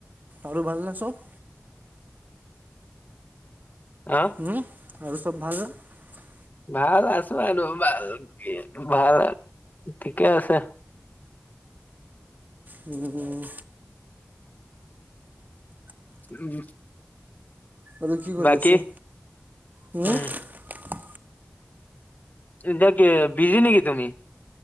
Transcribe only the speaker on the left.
হা
ভাল আছো আৰু ভাল ভাল ঠিকে আছে
উম
বাকী
উম এতিয়া কি বিজি নিকি তুমি